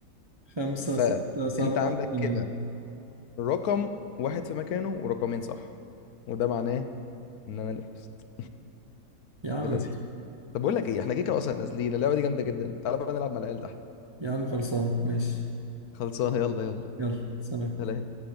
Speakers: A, on the right; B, on the left.
A: 5
B: فانت
A: 6 7
B: عندك
A: 8
B: كده رقم واحد في مكانه ورقمين صح وده معناه ان انا اللي فزت
A: يا عم
B: للاسف
A: ماشي
B: طب بقول لك ايه احنا كده كده اصلا نازلين اللعبه دي جامده جدا تعالى بقى نلعب مع العيال تحت
A: يا عم خلصانة ماشي
B: خلصانه يلا يلا
A: يلا سلام
B: سلام